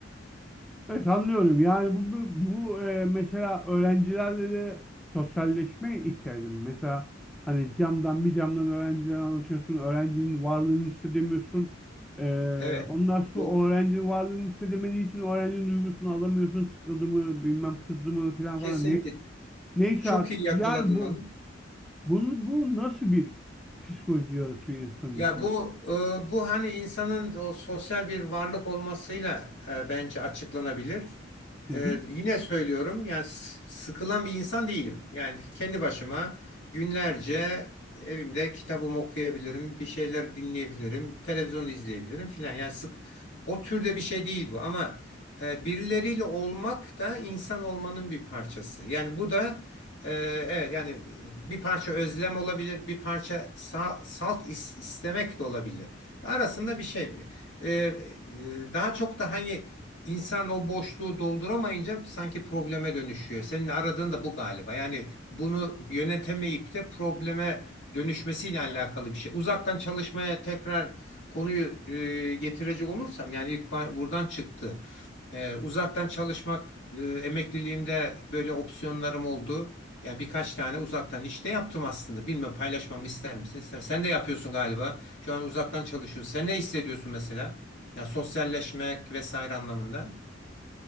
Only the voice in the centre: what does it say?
Evet anlıyorum. Yani bu bu, bu, e, mesela öğrencilerle de sosyalleşmeye ihtiyacım. Mesela hani camdan bir camdan öğrenciler anlatıyorsun. Öğrencinin varlığını hissedemiyorsun. E,
ondan sonra
o öğrencinin varlığını hissedemediği için öğrencinin duygusunu alamıyorsun. Sıkıldı mı, bilmem kızdı mı falan
falan. Ne, neyse
artık
yani bu
bunu bu nasıl bir psikoloji yaratıyor insanın
içinde?
Hı
hı.